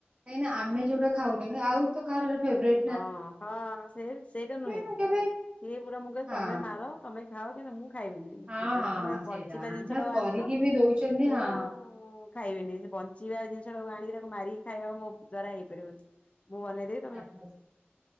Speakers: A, on the right; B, on the left.
A: କାଇଁକିନା ଆମେ ଯଉଟା ଖାଉନେ ଆଉ ତ କାହାର ଗୋଟେ ଫେବ୍ରାଇଟ।
B: ହଁ ହଁ ସେ ସେଇଟା ନୁହେଁ ସିଏ
A: ମୁଁ କେବେ
B: ପୁରା ମୁଁ କହିଲି
A: ହଁ
B: ତମେ ମାର ତମେ ଖାଅ କିନ୍ତୁ ମୁଁ ଖାଇବିନି କିନ୍ତ
A: ହଁ
B: ଯ ଗୋଟେ
A: ହଁ
B: ତମେ ବଞ୍ଚିଲା
A: ସେଇଟା
B: ଜିନିଷ
A: ଯାହା
B: ଟାକୁ
A: କରିକି
B: ଆଣିଛ
A: ବି ଦଉଛନ୍ତି
B: ମୁଁ
A: ହଁ
B: ମୁଁ ଖାଇବିନି ସେ ବଞ୍ଚିବା ଜିନିଷ ଟାକୁ ଆଣିକି ତାକୁ ମାରିକି ଖାଇବାକୁ ମୋ ଦ୍ଵାରା ହେଇପାରିବନି। ମୁଁ ବନେଇ ଦେବି।
A: ଆଛା ଆଚ୍ଛା,